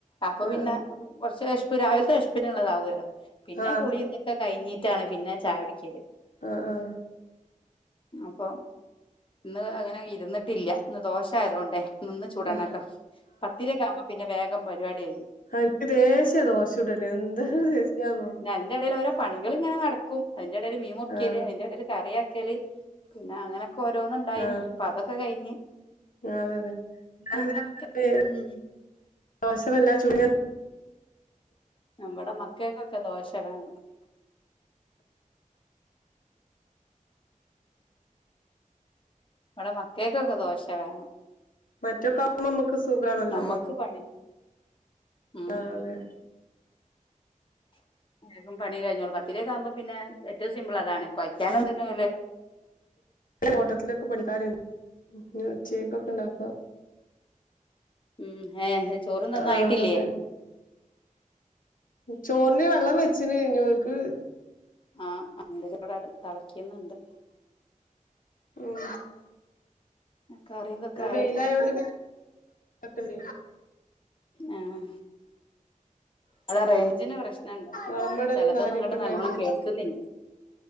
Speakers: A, on the left; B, on the left.
A: അപ്പോ
B: ആഹ്
A: പിന്നെ കുറച്ച് വിശ്പ് രാവിലത്തെ വിശ്പിനുള്ള താവല്ലോ. പിന്നെ
B: ആഹ്
A: കുളി എന്തൊക്കെ കഴിഞ്ഞിട്ടാണ് പിന്നെ ചായ കുടിക്കല്ല്.
B: ആഹ ആഹ
A: അപ്പൊ ഇന്ന് അങ്ങനെ ഇരുന്നിട്ടില്ല ഇന്ന് ദോഷായതുണ്ടേ നിന്ന് ചൂടാണല്ലോ
B: ആഹ്
A: പത്തിരയക്കെ ആവുമ്പോ പിന്നെ വേഗം പരിപാടി കഴിയും
B: ആ എനിക്ക് ദേഷ്യയാണ് ദോശ ചുടൽ എന്താ
A: ഉം
B: ദേഷ്യണോ.
A: പിന്നെ അതിന്റെ ഇടയിൽ ഓരോ പണികൾ ഇങ്ങനെ നടക്കും അതിന്റെ ഇടയിൽ മീൻ മുറിക്കിയൽ
B: ആഹ്
A: അതിന്റെ ഇടയിൽ കറിയാക്കൽ പിന്നെ അങ്ങനെ. ഓരോന്നന്ന് ഇണ്ടായിനി
B: ആഹ്
A: അപ്പൊ അതൊക്കെ കഴിഞ്ഞ്
B: അതെ അതെ,,
A: അങ്ങനൊക്കെ ഉം
B: ദോശ വല്ലാതെ,
A: നമ്മടെ മക്കൾക്കൊക്കെ ദോശ വേണം ഇവിടെ മക്കക്കൊക്കെ ദോശ വേണം
B: മറ്റൊക്ക ആവുമ്പോ നമ്മുക്ക് സൂഖാണല്ലോ
A: നമുക്ക് പണി ഉം
B: ആ അതെ
A: വേഗം പണി കഴഞ്ഞോളൂ പത്തിരയക്കെ ആവുമ്പോ പിന്നെ ഏറ്റവും സിമ്പിൾ അതാണ് കുയ്ക്കാനുംതിന
B: പിന്ന ഓട്ടത്തിലൊക്കെ പണിക്കാരണ്ട് ഉച്ചക്കൊക്കെ ഉണ്ടാക്കാം
A: ഉം ഏ ചോറുംന്തൊന്നും
B: ആഹ്
A: ആയിട്ടില്ലേ
B: അതെ ചോറിന് വെള്ളം വെച്ചിന്ഞ്ഞോക്ക്
A: ആഹ അന്റെ കട തിളക്കിയന്നണ്ട്
B: ഉം
A: കറിയും ഇതൊക്കെ
B: ആ
A: ആയി
B: വെയിലായൊണ്ട് പിണ്ട
A: ആഹ അടെ റേഞ്ചിന് പ്രശ്നുണ്ടോ
B: വളമിടലും
A: ചിലതൊന്നും
B: കാര്യൊക്കെ
A: ഇങ്ങോട്ട്
B: ഉണ്ടായിട്ട്
A: നല്ലവണം കേൾക്കുന്നില്ല